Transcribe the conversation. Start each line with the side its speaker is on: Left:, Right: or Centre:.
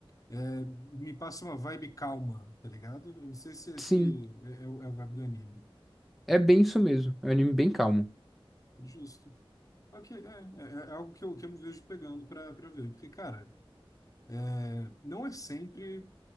Left: é, me passa uma vibe calma, tá ligado? Eu não sei se esse
Centre: Sim,
Left: é, é, o- é a vibe do anime.
Centre: é bem isso mesmo. É um anime bem calmo.
Left: Justo. Ok, é, é, é algo que eu, que eu me vejo pegando pra, pra ver. Porque, cara, é, não é sempre.